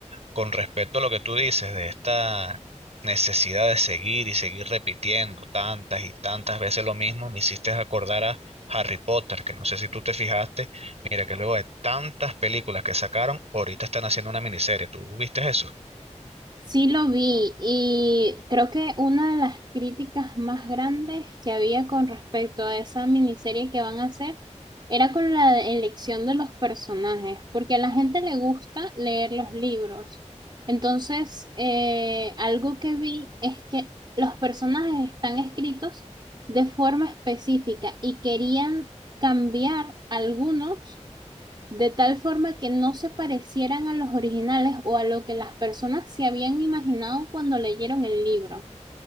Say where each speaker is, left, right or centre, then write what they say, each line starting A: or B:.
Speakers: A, on the right; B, on the right.
A: con respecto a lo que tú dices de esta necesidad de seguir y seguir repitiendo tantas y tantas veces lo mismo, me hiciste acordar a Harry Potter, que no sé si tú te fijaste, mira que luego de tantas películas que sacaron, ahorita están haciendo una miniserie. ¿Tú viste eso?
B: Sí lo vi y creo que una de las críticas más grandes que había con respecto a esa miniserie que van a hacer era con la de- elección de los personajes, porque a la gente le gusta leer los libros. Entonces, eh, algo que vi es que los personajes están escritos de forma específica y querían cambiar algunos de tal forma que no se parecieran a los originales o a lo que las personas se habían imaginado cuando leyeron el libro.